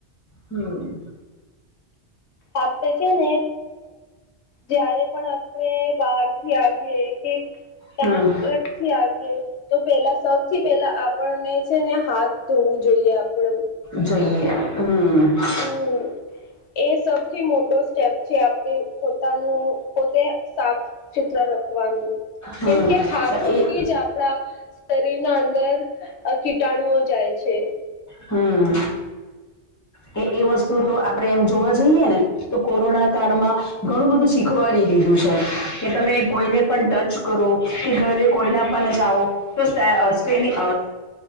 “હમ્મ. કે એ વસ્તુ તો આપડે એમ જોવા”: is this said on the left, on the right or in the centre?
Left